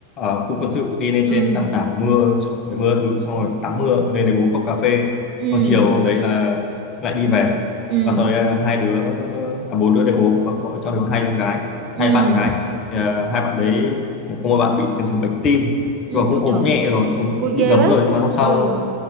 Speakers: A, on the left; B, on the right.
A: ờ, khu quân sự đi lên
B: ừ
A: trên Tam Đảo mưa trời mưa thứ xong rồi tắm mưa lên để uống cốc cà phê
B: ừ
A: còn chiều hôm đấy là lại đi về
B: ừ
A: và sau đấy là hai đứa à, bốn đứa đều ốm mà có trong đó có hai đứa con gái
B: ừ
A: hai bạn gái Thì, à, hai bạn đấy có một bạn bị tiền sử bệnh tim
B: ừ
A: nhưng mà cũng
B: ui
A: ốm
B: trời
A: nhẹ rồi ốm
B: ui
A: bị
B: ghê
A: ngấm
B: vậy
A: rồi nhưng mà hôm sau
B: ừ